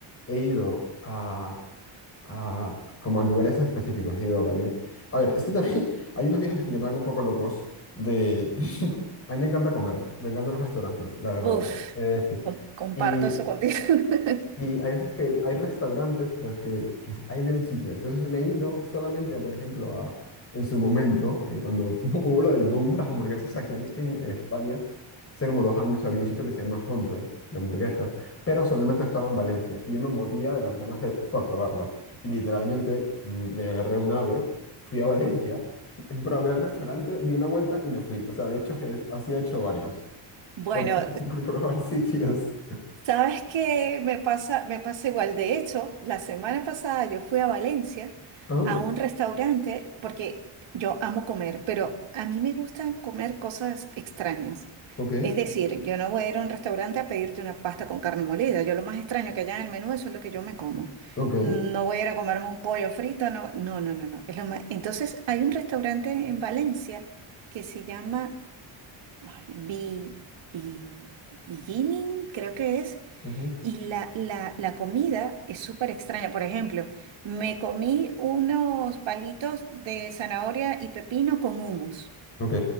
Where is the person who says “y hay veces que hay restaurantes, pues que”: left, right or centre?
Left